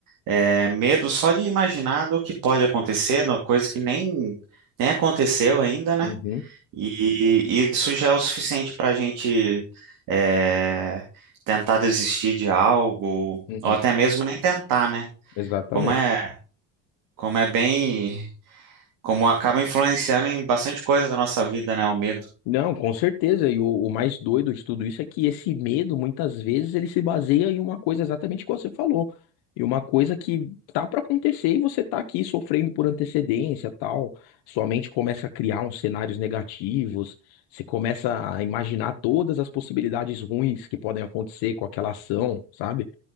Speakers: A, on the right (about 60°); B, on the left (about 80°).
A: é, medo só de imaginar do que pode acontecer, uma coisa que nem, nem aconteceu ainda, né?
B: uhum,
A: E e isso já é o suficiente para a gente é, tentar desistir de algo,
B: uhum.
A: ou até mesmo nem tentar, né?
B: Exatamente.
A: Como é, como é bem. Como acaba influenciando em bastante coisa da nossa vida, né? O medo.
B: Não, com certeza. E o, o mais doido de tudo isso é que esse medo, muitas vezes, ele se baseia em uma coisa exatamente como você falou. E uma coisa que tá para acontecer e você tá aqui sofrendo por antecedência, tal. Sua mente começa a criar uns cenários negativos, você começa a imaginar todas as possibilidades ruins que podem acontecer com aquela ação, sabe?